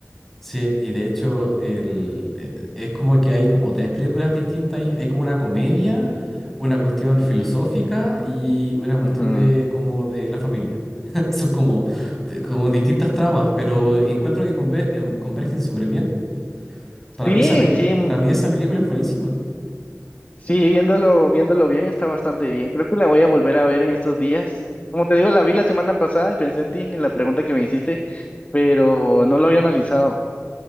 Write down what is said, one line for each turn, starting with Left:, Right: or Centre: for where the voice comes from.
Centre: Sí, y de hecho el, e- es como que hay como tres películas distintas ahí. Hay como una comedia, una cuestión
Left: Ujú,
Centre: filosófica y una cuestión
Left: ujú.
Centre: de como de la familia. <laughs> Son como, de- como distintas tramas, pero encuentro que conver- em, convergen súper bien. Para
Left: Sí,
Centre: mí esa, pel-
Left: sí, m-
Centre: para mí esa película es buenísima.
Left: sí, viéndolo, viéndolo bien, está bastante bien. Creo que la voy a volver a ver en estos días. Como te digo, la vi la semana pasada y pensé en ti, en la pregunta que me hiciste, pero no lo había analizado